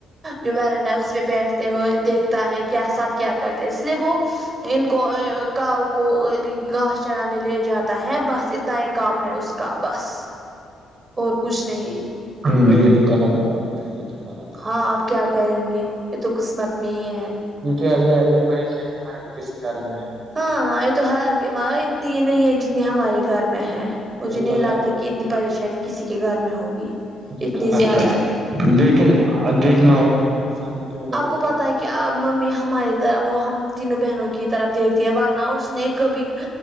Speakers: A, on the right; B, on the right.
A: جو ویرنڈا اس پہ بیٹھتے ہوئے دیکھتا ہے کیا سب کیا کرتے اس لیے وہ ان کو کاؤ کو گاس چرانے لے جاتا ہے بس اتنا ہی کام ہے اس کا بس اور کچھ نہیں
B: ہوں یہ تو غلط بات ہے تو غلط
A: ہاں
B: بات
A: آپ کیا کریں گے یہ تو قسمت میں ہی ہے
B: یہ کیا یہ یہ پریشانی ہر کسی گھر میں ہے
A: ہاں ہاں تو ہ ماں اتنی یہ نہیں ہے جتنی ہمارے گھر میں ہے مجھے
B: یہ
A: نہیں
B: تو
A: لگتا
B: ہر
A: کہ اتنی پریشانی کسی کے گھر میں ہوگی
B: یہ
A: اتنی
B: تو ہر
A: زیادہ
B: لیکن دیکھنا ہوتا ہے انسان کیوں غلط
A: آپ کو بتائے
B: کر
A: گا کیا ممی ہماری طرف وہ ہم تینوں بہنوں کی طرف دیکھتی ہے ورنہ اس نے کبھی